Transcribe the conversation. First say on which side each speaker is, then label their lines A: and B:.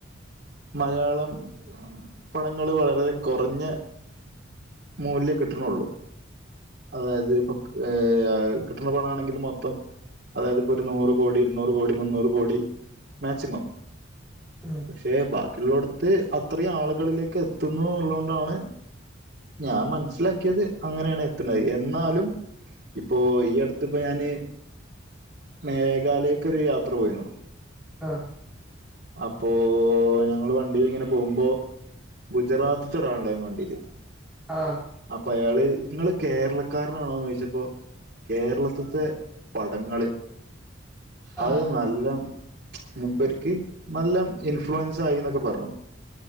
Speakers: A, on the right (about 55°); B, in the centre.
A: മലയാളം പടങ്ങള് വളരെ കൊറഞ്ഞ മൂല്യം കിട്ടണള്ളൂ, അതായത് ഇപ്പൊ ഏ <inaudible> പണ ആണെങ്കില് മൊത്തം അതായത് ഇപ്പോൊ ഒരു നൂറ് കോടി ഇരുന്നൂറ് കോടി മുന്നൂറ് കോടി മാക്സിമം
B: ഉം
A: പക്ഷേ ബാ മറ്റുള്ളോടുത്ത് അത്രയും ആളുകളിലേക്ക് എത്തുന്നു എന്നള്ളതുകൊണ്ടാണ് ഞാൻ മനസ്സിലാക്കിയത് അങ്ങനെയാണ് എത്തണത്, എന്നാലും ഇപ്പൊ ഈ അടുത്ത്പ്പൊ ഞാന് മേഘാലയ്ക്ക് ഒരു യാത്ര പോയിരുന്നു
B: ആ
A: അപ്പോ ഞങ്ങള് വണ്ടീലിങ്ങനെ പോകുമ്പോ ഗുജറാത്ത്ത്തെ ഒരാള്ണ്ടായിന്ന് വണ്ടിയില്
B: ആഹ്
A: അപ്പൊ അയാള് ങ്ങള് കേരളക്കാരനാണോന്ന് ചോദിച്ചപ്പോൾ കേരളത്തിത്തെ പടങ്ങള്
B: ആഹ്
A: അത് നല്ല <unintelligible> മുപ്പരിക്ക് നല്ല ഇൻഫ്ലുവൻ സായിന്നൊക്കെ പറഞ്ഞു.